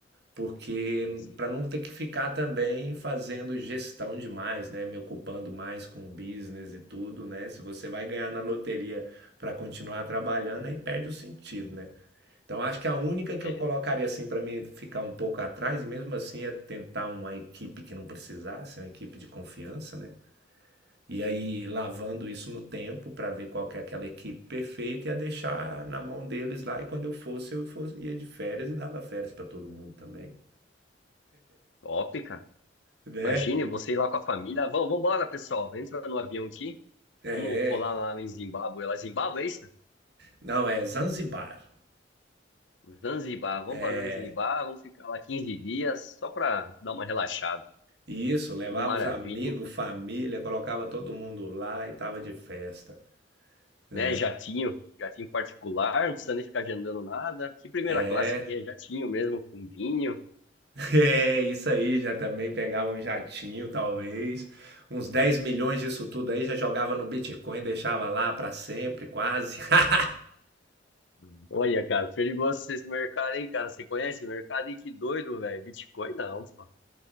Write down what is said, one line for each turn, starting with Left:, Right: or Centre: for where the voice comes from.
Right: porque
Left: Não sei,
Right: para
Left: bah.
Right: não ter que ficar também fazendo gestão demais, né, me ocupando mais com business e tudo, né? Se você vai ganhar na loteria para continuar trabalhando, aí perde o sentido, né? Então acho que a única que
Left: É,
Right: eu colocaria assim para mim ficar um pouco atrás, e mesmo assim é tentar uma equipe que não precisasse, uma equipe de confiança, né? E aí lavando isso no tempo para ver qual que é aquela equipe perfeita, ia deixar na mão deles lá e quando eu fosse, eu fosse- ia de férias e dava férias para todo mundo também,
Left: top, cara.
Right: né?
Left: Imagine você ir lá com a família. Vamos, vambora, pessoal. Entra no avião aqui.
Right: É,
Left: Vamos colar lá em Zimbábue. É Lá, Zimbábue, é isso?
Right: não, é Zanzibar.
Left: Zanzibar, vamos
Right: é
Left: para Zanzibar, vamos ficar lá 15 dias só para dar uma relaxada.
Right: E Isso, levava
Left: Que maravilha,
Right: os amigos,
Left: hein?
Right: família, colocava todo mundo lá e tava de festa, né?
Left: Né? Jatinho, jatinho particular, não precisa nem ficar agendando nada. Que primeira
Right: É,
Left: classe que é? Jatinho mesmo, com vinho.
Right: <laughs> é, isso aí, já também pegava um jatinho, talvez, uns 10 milhões disso tudo aí, já jogava no Bitcoin, deixava lá pra sempre, quase. <laughs>
Left: Hum. Olha, cara, perigoso esse mercado, hein, cara? Você conhece o mercado? E que doido, velho. Bitcoin não, pô.